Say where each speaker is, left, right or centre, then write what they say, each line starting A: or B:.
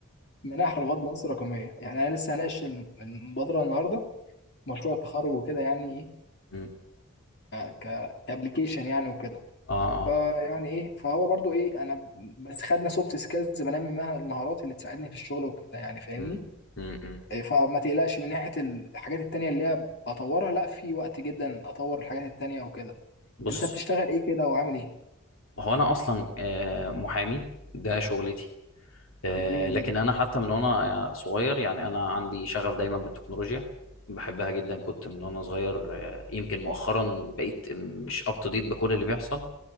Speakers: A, on the left (about 50°); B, on the left (about 70°).
A: منح رواد مصر رقميه يعني انا لسه هناقش الم- المبادره النهارده مشروع التخرج وكده يعني ايه
B: مم.
A: ك كابلكيشن يعني وكده
B: اه
A: فيعني
B: اه
A: ايه فهو برضو ايه انا ب- بس خدنا سوفت سكيلز بنمي منها المهارات اللي تساعدني في الشغل وكده يعني فاهمني
B: مم. مم. مم.
A: إيه، فما تقلقش من ناحية الحاجات التانية اللي هي بطورها لا في وقت جدا اطور الحاجات التانية وكده
B: بص
A: انت بتشتغل ايه كده وعامل ايه
B: هو انا اصلا آه، محامي ده شغلتي آه،
A: جميل
B: لكن
A: جدا
B: انا حتى من وانا صغير يعني انا عندي شغف دايما بالتكنولوجيا بحبها جدا كنت من وانا صغير آه، يمكن مؤخرا بقيت مش اب تو ديت بكل اللي بيحصل